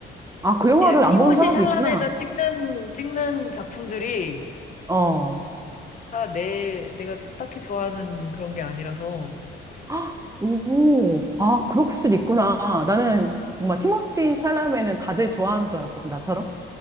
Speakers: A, on the right; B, on the left.
A: 아, 그 영화를
B: 예, 티모시
A: 안 본 사람도
B: 샬라메가
A: 있구나.
B: 찍는, 찍는 작품들이
A: 어.
B: 다 내, 내가 딱히 좋아하는 그런 게 아니라서,
A: 헉, 오, 아, 그럴 수도 있구나. 나는 정말 티모시 샬라메는 다들 좋아하는 줄 알았거든, 나처럼.